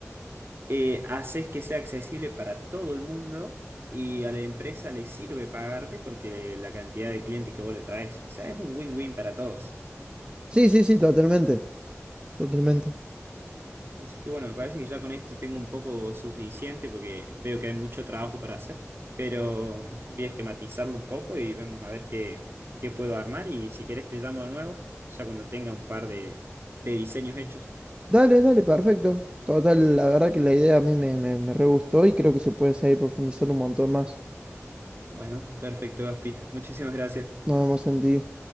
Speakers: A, on the right (about 50°); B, on the right (about 20°).
A: eh, haces que sea accesible para todo el mundo y a la empresa le sirve pagarte porque la cantidad de clientes que vos le traes, o sea, es un win-win para todos.
B: Sí, sí, sí, totalmente, totalmente.
A: Así que bueno, me parece que ya con esto tengo un poco suficiente porque veo que hay mucho trabajo para hacer, pero voy a esquematizarlo un poco y vemos a ver qué, qué puedo armar y si querés te llamo de nuevo, ya cuando tenga un par de, de diseños hechos.
B: Dale, dale, perfecto. Total, la verdad que la idea a mí me, me, me re gustó y creo que se puede seguir profundizando un montón más.
A: Bueno, perfecto, Gaspi. Muchísimas gracias.
B: Nos vemos en ti.